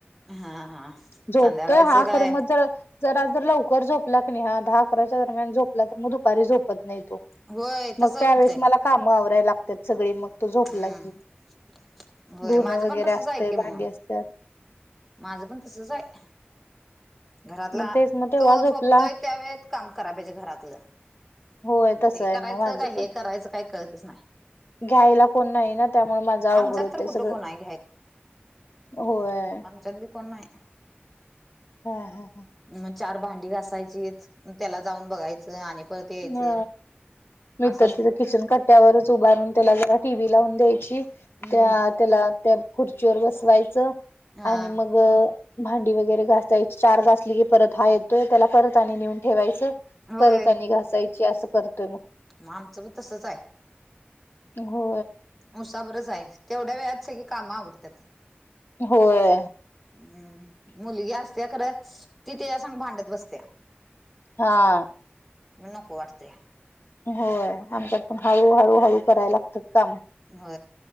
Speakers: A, in the centre; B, on the left.
A: हा हा
B: झोपतोय
A: संध्याकाळचं
B: हा
A: काय
B: खर मग जर. जरा जर लवकर झोपला क नाही हा दहा अकराच्या दरम्यान झोपला तर मग दुपारी झोपत नाही तो.
A: होय
B: मग
A: तस होतंय
B: त्यावेेळेस मला कामं आवराय लागतात सगळी मग. तो झोपला
A: हम्म
B: की
A: होय
B: धुन
A: माझं
B: वगैरे
A: पण तसच
B: असत
A: आहे की मग
B: भांडी असत.
A: माझं पण कसच आहे. घरातला
B: मग तेच मग तेव्हा
A: तो
B: झोपला
A: झोपतोय त्यावेळेत काम करा पाहिजे घरातलं.
B: होय तसं
A: ते
B: आहे
A: करायचं
B: मग माझं
A: का
B: पण
A: हे करायचं काही कळतच नाही.
B: घ्यायला कोण नाही ना त्यामुळे माझं अवघड
A: आमच्यात
B: होते
A: तर कुठं
B: सगळं
A: कोण आहे
B: होय.
A: आच्यात बी कोण नाही आहे.
B: हा हा हा
A: मग चार भांडी घासायची त्याला जाऊन बघायचं आणि परत यायचं
B: ह मी
A: असं
B: ददी
A: असते
B: तर किचन कट्ट्यावरच उभारून त्याला जरा टीव्ही लावून द्यायची
A: हम्म
B: त्या त्याला त्या खुर्चीवर बसवायचं
A: हा
B: आणि मग भांडी वगैरे घासायची चार घासली की परत हा येतोय त्याला परत आणि नेऊन ठेवायच
A: होय
B: परत त्यांनी घासायची असं करतोय मग
A: मग आमचं पण तसंच आहे
B: हो
A: उसा बरच आहे तेवढ्या वेळात स की काम आवडतात
B: होय
A: हम् मुलगी असत्या खरं ती त्या संग भांडत बसत्या
B: हा
A: न नक वाटते
B: होय आमच्या पण हळूहळू हळू करायला लागतात काम
A: हो